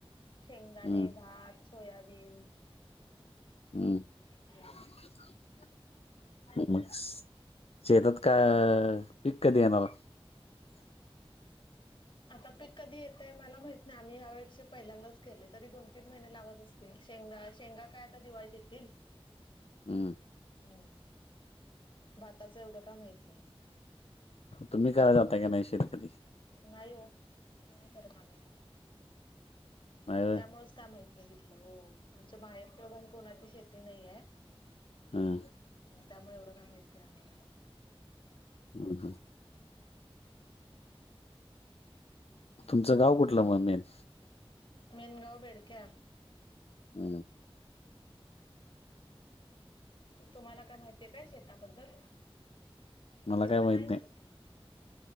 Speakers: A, on the left; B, on the left.
A: शेंगदाणे,
B: हम्म,
A: भात, सोयाबीन
B: हम्.
A: हम्म.
B: <unintelligible> मग स शेतात का अ पीक कदि येणार? <inaudible>
A: आता पीक कधी येतय? मला माहित नही आम्ही या वर्षी पहिल्यांदाच केले, तरी दोन तीन महिने लागत असत ते शेंगा-शेंगा काय आता दिवाळीत येतील.
B: हम्म.
A: हम्म. भाताचं एवड काय माइत नइ.
B: तुमी कराय जातय का नाइ शेत कधी?
A: नाइ ओ, नाई करत आम्ही,
B: नाही होय
A: त्यामुळेच काय माहिती. बघीतलं हो आमच्यां माहेर पि पणं कोणांची शेती नाहीं आहे
B: हम्मं
A: त्यामुळें एवढं कायं माहीतं नाइ आम्हांला
B: हम्मं तुमचं गावं कुठलं मं मेन
A: मेनगांव बेडक्यां
B: हां
A: तुम्हांला कायं माहिती आहे कायं शेतांबद्दल
B: मला
A: तिकडं
B: काय माहित
A: नाहींच
B: नाही
A: शेतं